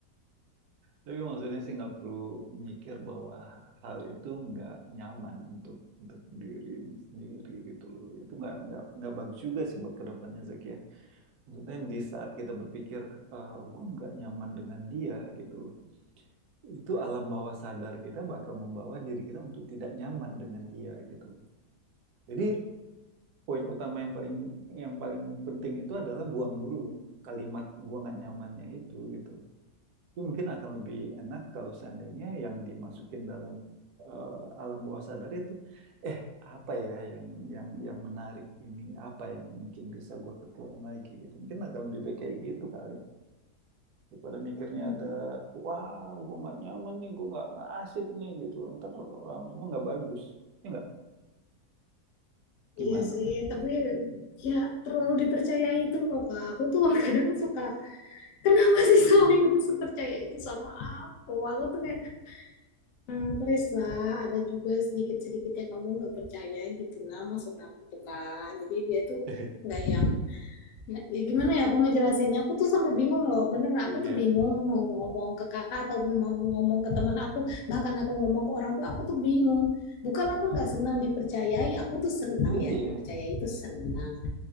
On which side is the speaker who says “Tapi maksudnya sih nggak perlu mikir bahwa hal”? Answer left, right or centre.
Right